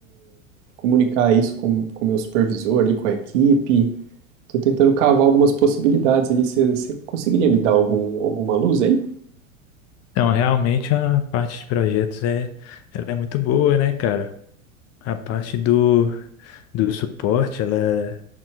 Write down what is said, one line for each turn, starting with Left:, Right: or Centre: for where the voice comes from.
Right: comunicar isso com com o meu supervisor ali, com a equipe. Tô tentando cavar algumas possibilidades ali. Você conseguiria me dar algum, alguma luz aí?
Left: Então, realmente a parte de projetos é, ela é muito boa, né, cara? A parte do, do suporte, ela,